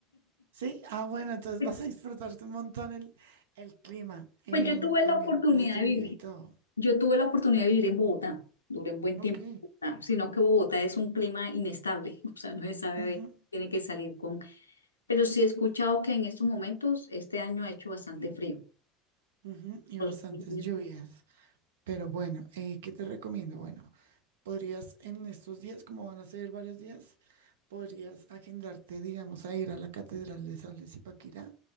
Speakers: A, on the right; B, on the left.
A: Sí, ah, bueno, entonces
B: <laughs>
A: vas a disfrutarte un montón el, el clima, em,
B: Pues yo tuve
A: también
B: la oportunidad
A: la lluvia
B: de vivir,
A: y todo.
B: yo tuve la oportunidad de vivir en Bogotá, duré un buen
A: Ok.
B: tiempo en Bogotá, sino que Bogotá es un clima inestable, <laughs> o sea, no se sabe,
A: Ujú.
B: tiene que salir con, pero sí he escuchado que en estos momentos, este año ha hecho bastante frío.
A: Ujú, y
B: Los
A: bastantes
B: últimos
A: lluvias. Pero bueno, eh, ¿qué te recomiendo? Bueno, podrías en estos días, como van a ser varios días, podrías agendarte, digamos, a ir a la Catedral de San Luis Paquirá